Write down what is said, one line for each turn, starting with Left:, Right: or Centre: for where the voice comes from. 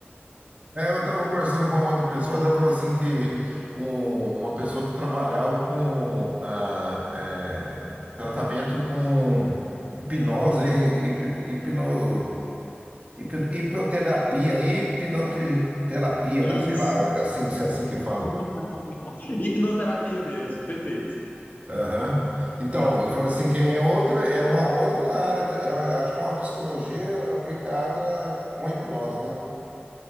Right: É, eu estava conversando com uma outra pessoa, ela falou assim que um- uma pessoa que trabalhava com ah, é, tratamento com hipnose, né? Hip, hipno, hip- hipnoterapia, hipnoterapia,
Left: Isso.
Right: né? Sei lá, é assim, se é assim que fala.
Left: <laughs> Hipnoterapia mesmo, perfeito.
Right: Aham. Então, ele falou assim que é outra, é uma outra área, tá? é, eu acho que é uma psicologia aplicada com hipnose, né?